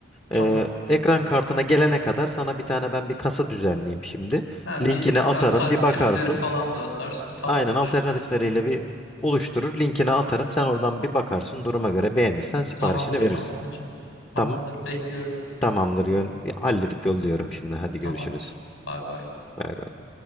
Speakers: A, on the left; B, on the left.
A: Tamam.
B: Ee, ekran kartına gelene kadar sana bir tane ben bir kasa düzenleyeyim şimdi.
A: Ha,
B: Linkini
A: bir
B: atarım
A: alternatifleri
B: bir bakarsın.
A: falan da atarsın. Tamamdır.
B: Aynen alternatifleriyle bir oluşturur. Linkini atarım. Sen oradan bir bakarsın. Duruma göre beğenirsen siparişini
A: Tamamdır
B: verirsin.
A: kankacığım. Tamamdır
B: Tamam.
A: bekliyorum.
B: Tamamdır. Yön, halledip yolluyorum şimdi. Hadi
A: Tamamdır.
B: görüşürüz.
A: Bay bay.
B: Bay bay.